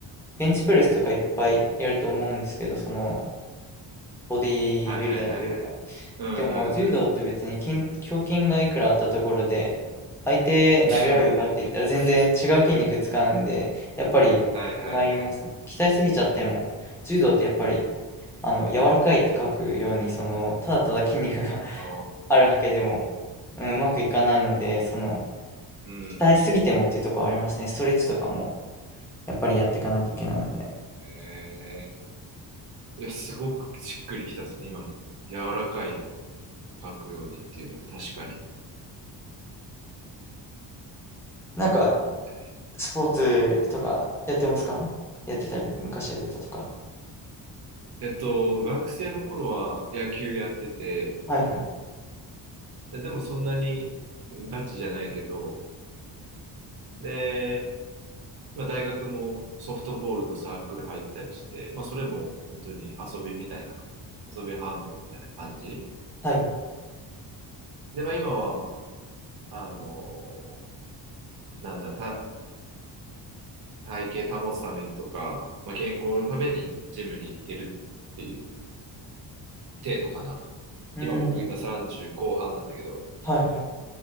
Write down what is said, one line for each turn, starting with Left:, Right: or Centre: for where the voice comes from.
Centre: ベンチプレスとかいっぱいやると思うんですけど、そのボディービルダーというか、
Right: はいはいはいはい。うんうんうんうん。
Centre: でも柔道って別に筋、胸筋がいくらあったところで、相手投げられるかって言ったら全然違う筋肉使うんで、
Right: そうだよね。
Centre: やっぱり違いますね。
Right: はいはいはいはい。
Centre: 鍛えすぎちゃっても、柔道ってやっぱり、あの、柔らかいって書くように、その、ただただ筋肉が
Right: お
Centre: <laughs> あるわけでも、
Right: ー。
Centre: うん、うまくいかないので、その、
Right: うん。
Centre: 鍛えすぎてもっていうところありますね。ストレッチとかも、やっぱりやっていかないといけないので。
Right: ねえいや、すごくしっくりきたですね。今の柔らかい書くようにっていうのは確かに。
Centre: なんか、
Right: なるほどね。
Centre: スポーツとかやってますかやってたり、昔やってたとか。
Right: えっと、学生の頃は野球やってて、
Centre: はいはい。
Right: ででもそんなにガチじゃないけど、で、まあ大学もソフトボールのサークル入ったりして、まあそれも本当に遊びみたいな、遊び半分みたいな感じ。
Centre: はい。
Right: で、まあ今は、あの、なんだ、た、体型保つためにとか、まあ健康のためにジムに行ってるっていう程度かな。
Centre: うん。
Right: 今僕今30後半なんだけど。
Centre: はいはい。